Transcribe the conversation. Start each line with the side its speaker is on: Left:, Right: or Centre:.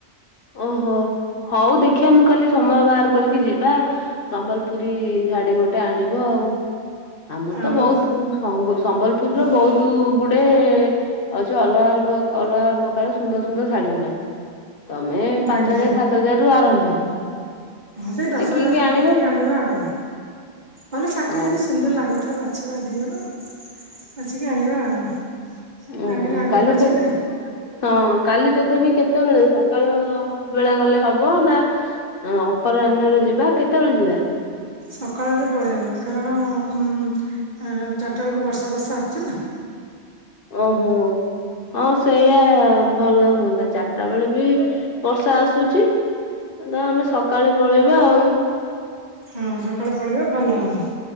Left: ଓହୋ! ହଉ ଦେଖିବା ମୁଁ କାଲି ସମୟ ବାହାର କରିକି ଯିବା। ସମ୍ବଲପୁରୀ ଶାଢୀ ଗୋଟେ ଆଣିବ ଆଉ। ଆମର
Right: ଆଉ। ଆଉ
Left: ତ ବହୁତ୍ ଫଙ୍ଗୁସ। ସମ୍ବଲପୁରୀ ର ବହୁତୁ ଗୁଡେ ଅଛି, ଅଲଗା ଅଲ-ଅଲଗା ପ୍ରକାର ସୁନ୍ଦର ସୁନ୍ଦର ଶାଢୀ ଗୁଡା। ତମେ ପାଞ୍ଚ
Right: ଆଜ୍ଞା
Left: ହଜାର ସାତ ହଜାର ରୁ ଆରମ୍ଭ।
Right: ହଁ ସେଇ ଦଶ
Left: ଦେଖିକି
Right: ହଜାର
Left: ଆଣିବ
Right: ଭିତରେ ଆଣିବା ଆଉ। ଭଲ ଶାଢ଼ୀଟେ
Left: ହଉ
Right: ଯେମିତି ସୁନ୍ଦର ଲାଗୁଥିବ, ବା ଛୁଆ ଦି ଅଣ। ଅଛିିକି ଆଣିବା ଆଉ।
Left: ଓ
Right: ବାହାଘର
Left: ହୋ
Right: ଆଗକୁ
Left: କାଲି
Right: ଅଛି
Left: ତ
Right: ନା
Left: ହଁ। କାଲି ତଥାପି, କେତେବେଳେ ସକାଳ ବେଳେ ଗଲେ ହବ ନା? ହ ଅପରାହ୍ନରେ ଯିବା। କେତେବେଳେ ଯିବା?
Right: ସକାଳ ବେଳେ ପଳେଇବା। କାରଣ ଉଁମ ଚାରିଟା ବେଳକୁ ବର୍ଷା ବର୍ଷା ଆସୁଛିୁ ନା।
Left: ଓହୋ! ହଁ ସେଇୟଆ ଭଲ ହୁଅନ୍ତା, ଚାରିଟା ବେଳେ ବି ବର୍ଷା ଆସୁଛି! ତ ଆମେ ସକାଳେ ପଳେଇବା ଆଉ।
Right: ହଁ ସକାଳେ ପଳେଇବା ଭଲ ହବ।